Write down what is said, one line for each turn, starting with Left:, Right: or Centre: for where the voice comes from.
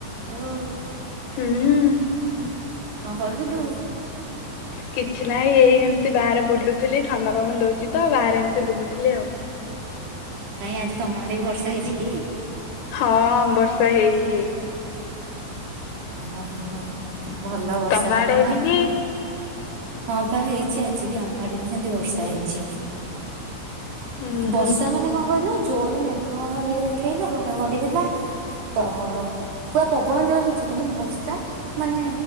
Right: ହାଲୋ।
Left: ହୁଁ।
Right: କଣ କରୁଥୁଲୁ?
Left: କିଛି ନାହିଁ ଏଇ ଏମତି ବାହାରେ ବୁଲୁଥିଲି ଥଣ୍ଡା ପବନ ଦଉଚି ତ ବାହାରେ ଏମିତି ବୁଲୁଥିଲି ଆଉ।
Right: କାଇଁ ଆଜି ତମ ଆଡ଼େବି ବର୍ଷା ହେଇଚି କି?
Left: ହଁ ବର୍ଷା ହେଇଚି।
Right: ହଁ ହଁ। ଭଲ ବର୍ଷା
Left: ତମ
Right: ହେଲେ
Left: ଆଡେ ହେଇନି
Right: ନା ଆଉ।
Left: କି?
Right: ହଁ ପା ହେଇଚି ଆଜି ବି ଆମ ଆଡେ ବି ସେମିତି ବର୍ଷା ହେଇଚି।
Left: ହୁଁ
Right: ବର୍ଷା
Left: ହୁଁ।
Right: ମାନେ କଣ କଇଲୁ ଜୋ ରେ ମେଘ ଇଏ ଦେଖେଇଲା ଘଡଘଡି ହେଲା ତ ପୁରା ପବନ ଜୋରେ ହେଇଚି। କିନ୍ତୁ ବର୍ଷା ମାନେ